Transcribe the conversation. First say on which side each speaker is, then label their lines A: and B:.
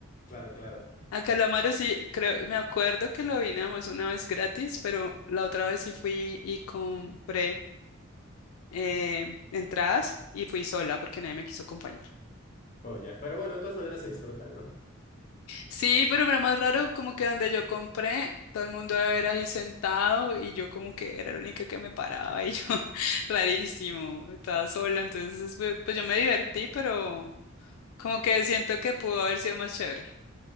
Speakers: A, on the left; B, on the left.
A: Claro, claro.
B: A Calamaro sí, creo, me acuerdo que lo vi nada más una vez gratis, pero la otra vez sí fui y compré eh, entradas y fui sola porque nadie me quiso acompañar.
A: Oh, ya. Pero bueno, de todas maneras se disfruta, ¿no?
B: Sí, pero era más raro como que donde yo compré, todo el mundo era ahí sentado y yo como que era la única que me paraba y yo, <laughs> rarísimo, estaba sola, entonces fue- pues yo me divertí, pero como que siento que pudo haber sido más chévere.